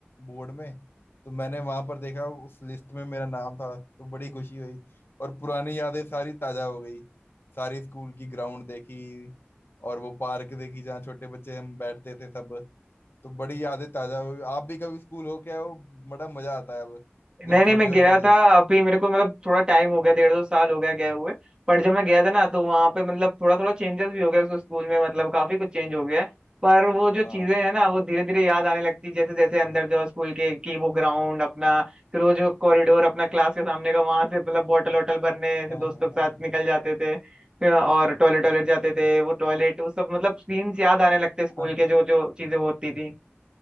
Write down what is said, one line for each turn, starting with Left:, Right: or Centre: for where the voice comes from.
Left: बोर्ड में तो मैंने वहां पर देखा उस लिस्ट में मेरा नाम था तो बड़ी खुशी हुई और पुरानी यादें सारी ताजा हो गई सारी स्कूल की ग्राउंड देखी और वो पार्क देखी जहाँ छोटे बच्चे हम बैठते थे सब तो बड़ी यादें ताजा हुई आप भी कभी स्कूल हो के आए हो बड़ा मजा आता है अब
Right: नहीं
Left: जब छोटे
Right: नहीं मैं
Left: होते
Right: गया
Left: देख
Right: था अभी मेरे को मतलब थोड़ा टाइम हो गया डेढ़ दो साल हो गया गए हुए पर जब मैं गया था ना तो वहाँ पे मतलब थोड़ा थोड़ा चेंजेस भी हो गया उस स्कूल में मतलब काफी कुछ चेंज हो गया है पर वो जो चीजें
Left: हाँ
Right: हैं ना वो धीरे धीरे याद आने लगती जैसे जैसे अंदर जाओ स्कूल के की वो ग्राउंड अपना फिर वो जो कॉरिडोर अपना क्लास के सामने का वहां से मतलब बॉटल वॉटल भरने से
Left: हाँ
Right: दोस्तों
Left: हाँ
Right: के साथ निकल जाते थे फिर और टॉयलेट टॉयलेट जाते थे वो टॉयलेट वो सब मतलब सीन्स याद आने लगते स्कूल
Left: हाँ
Right: के जो जो चीजें होती थी